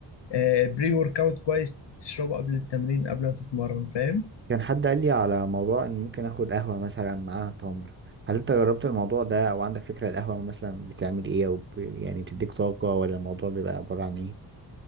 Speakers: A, on the left; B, on the right.
A: آه، بري ورك اوت كويس تشربه قبل التمرين قبل ما تتمرن فاهم
B: كان حد قال لي على موضوع ان ممكن اخد قهوة مثلا معاها تمر هل انت جربت الموضوع ده او عندك فكرة القهوة مثلا بتعمل ايه او ب... يعني بتديك طاقة ولا الموضوع بيبقى عبارة عن ايه